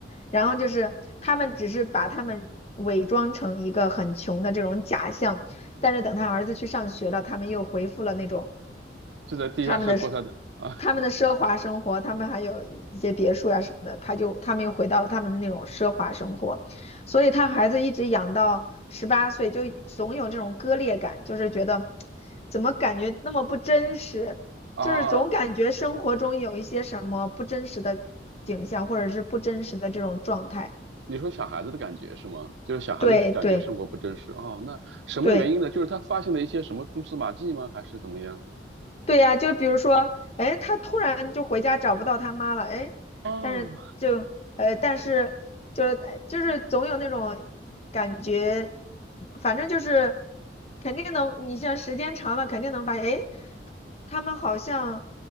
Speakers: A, on the left; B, on the right.
A: 然后就是他们只是把他们伪装成一个很穷的这种假象，但是等他儿子去上学了，他们又恢复了那种
B: 就在地下室过他的啊
A: 他们的奢他们的奢华生活，他们还有一些别墅呀、什么的，他就他们又回到了他们的那种奢华生活，所以他孩子一直养到十八岁，就总有这种割裂感，就是觉得怎么感觉那么不真实，
B: 啊，
A: 就是总感觉生活中有一些什么不真实的景象，或者是不真实的这种状态。
B: 你说小孩子的感觉是吗？就是小孩子感觉生活不真实哦，
A: 对对
B: 那什么原因呢？
A: 对
B: 就是他发现了一些什么蛛丝马迹吗？还是怎么样？
A: 对呀、就比如说，哎，他突然就回家找不到他妈了，哎，
B: 哦，
A: 但是就呃，但是就是就是总有那种感觉，反正就是肯定能，你像时间长了，肯定能发现，哎，他们好像